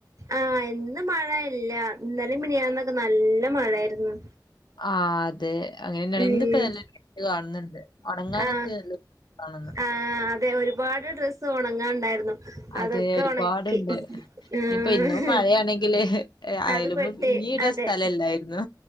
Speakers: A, on the right; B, on the left.
A: ആഹ് ഇന്ന് മഴയില്ല ഇന്നലിം മിനിയാന്നൊക്കെ നല്ല മഴായിര്ന്ന്.
B: ആഹ് അതെ അങ്ങനിന്നെണ്
A: ഉം
B: ഇന്ന് ഇപ്പോ നല്ല വെയില് കാണുന്നുണ്ട്. ഉണങ്ങാനൊക്കെ
A: ആഹ്
B: നല്ലവെയില് കാണുന്നുണ്ട്.
A: ആഹ് അതെ ഒരുപാട് ഡ്രസ്സ് ഉണങ്ങാണ്ടായിരുന്നു.
B: അതെ
A: അതക്കെ
B: ഒരുപാടുണ്ട്
A: ഉണക്കി ഉം
B: ഇപ്പൊ ഇന്നും മഴയാണെങ്കിൽ അയലുമ്പോ
A: അത് പെ തെ
B: ഇനി ഇടാൻ
A: അതെ
B: സ്ഥലമില്ലായിരുന്നു